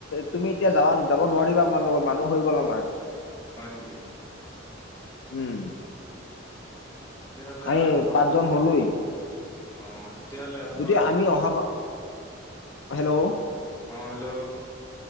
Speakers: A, on the left (about 65°); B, on the left (about 15°).
A: তুমি এতিয়া যা যাব নোৱাৰিবা আমাৰ লগত মানুহ হৈ গ'ল আমাৰ।
B: হয় নেকি?
A: উম।
B: তেতিয়াহ'লে
A: আমি
B: অহাবাৰ
A: পাঁচজন হলো।
B: অ' তেতিয়াহ'লে অহাবাৰ
A: যদি আমি অহা হেল্ল'
B: অ' হেল্ল'।